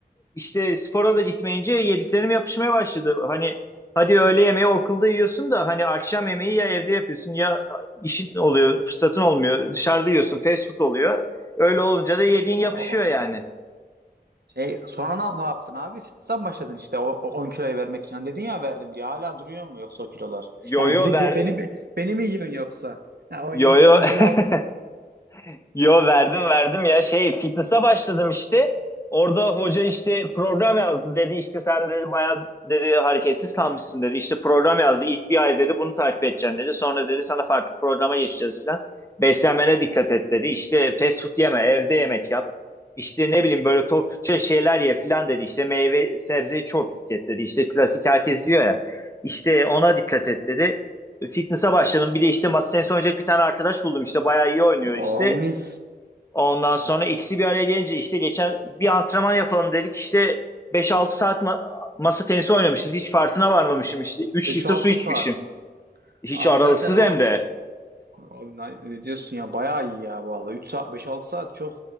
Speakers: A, on the left; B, on the right.
A: işte spora da gitmeyince yediklerim yapışmaya başladı. Hani hadi öğle yemeği okulda yiyorsun da hani akşam yemeği ya evde yapıyorsun ya işin oluyor, fırsatın olmuyor. Dışarıda yiyorsun, fast food oluyor. Öyle olunca da yediğin
B: O,
A: yapışıyor yani.
B: şey sonra ne, ne yaptın abi? Fitness'a mı başladın işte o, o 10 kiloyu vermek için? Hani dedin ya verdim diye hala duruyor mu yoksa o kilolar?
A: Yo
B: Yani
A: yo
B: bize
A: ver.
B: diye beni mi- beni mi yiyorsun yoksa? Ya o
A: Yo yo.
B: on
A: <laughs>
B: kilo aldım da.
A: Yo verdim verdim ya şey fitness'a başladım işte. Orada hoca işte program yazdı dedi işte sen dedi bayağı dedi hareketsiz kalmışsın dedi. İşte program yazdı ilk bir ay dedi bunu takip edeceksin dedi. Sonra dedi sana farklı programa geçeceğiz falan. Beslenmene dikkat et dedi. İşte fast food yeme evde yemek yap. İşte ne bileyim böyle tok Türkçe şeyler ye falan dedi. İşte meyve sebzeyi çok tüket dedi. İşte klasik herkes diyor ya. İşte ona dikkat et dedi fitness'a başladım. Bir de işte masa tenisi oynayacak bir tane arkadaş buldum. İşte bayağı iyi oynuyor işte.
B: O mis.
A: Ondan sonra ikisi bir araya gelince işte geçen bir antrenman yapalım dedik. İşte beş altı saat ma- masa tenisi oynamışız. Hiç farkına varmamışım işte. üç
B: Beş
A: litre
B: altı
A: su içmişim.
B: saat.
A: Hiç
B: Abi
A: aralıksız
B: zaten o
A: hem de.
B: Abi ne ne diyorsun ya bayağı iyi ya vallahi 3 saat 5-6 saat çok.